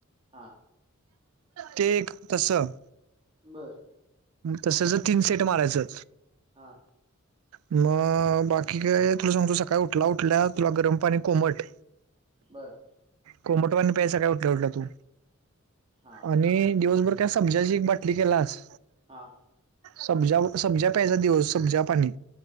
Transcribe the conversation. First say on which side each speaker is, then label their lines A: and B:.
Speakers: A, on the right; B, on the right.
A: हा
B: ते एक तसं
A: बरं.
B: तसंच तीन सेट मारायचं
A: हा
B: मग बाकी काय तुला सांगतो सकाळी उठला उठल्या तुला गरम पाणी कोमट.
A: बरं.
B: कोमटवा प्यायचं काय उठलं उठलं तू
A: हा
B: आणि दिवसभर. सब्जाची एक बाटली केलास.
A: हा
B: सबज सब्जा प्यायचा दिवस सब्जा पाणी.